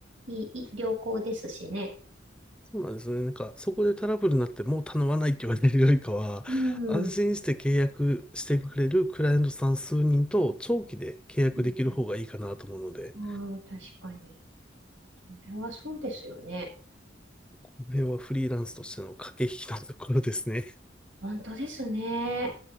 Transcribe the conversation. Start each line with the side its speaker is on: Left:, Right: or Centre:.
Right: いい、いい良好ですしね。
Centre: そうなんですね。なんか、そこでトラブルになってもう頼まないって言われるよりかは、
Right: うん。
Centre: 安心して契約してくれるクライアントさん数人と長期で契約できる方がいいかなと思うので、
Right: うんうんああ、確かに。それはそうですよね。
Centre: この辺はフリーランスとしての駆け引きのところですね。
Right: 本当ですね。